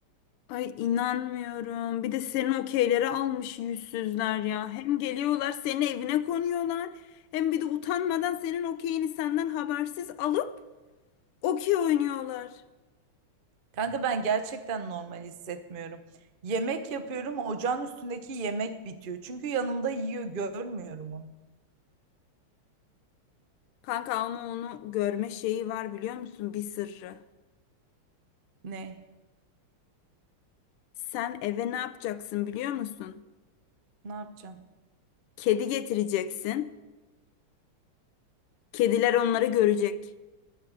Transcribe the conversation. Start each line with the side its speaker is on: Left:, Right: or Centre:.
Left: Ay inanmıyorum. Bir de senin okeyleri almış yüzsüzler ya. Hem geliyorlar senin evine konuyorlar. Hem bir de utanmadan senin okeyini senden habersiz alıp Okey oynuyorlar.
Right: Kanka ben gerçekten normal hissetmiyorum. Yemek yapıyorum. Ocağın üstündeki yemek bitiyor. Çünkü yanımda yiyor. Görmüyorum onu.
Left: Kanka ama onu görme şeyi var biliyor musun? Bir sırrı.
Right: Ne?
Left: Sen eve ne yapacaksın biliyor musun?
Right: Ne yapacağım?
Left: Kedi getireceksin. Kediler onları görecek.